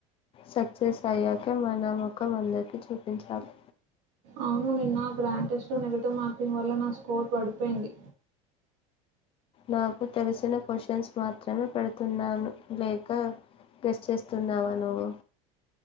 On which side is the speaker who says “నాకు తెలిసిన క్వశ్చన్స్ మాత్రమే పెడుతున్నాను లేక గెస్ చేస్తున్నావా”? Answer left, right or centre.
Left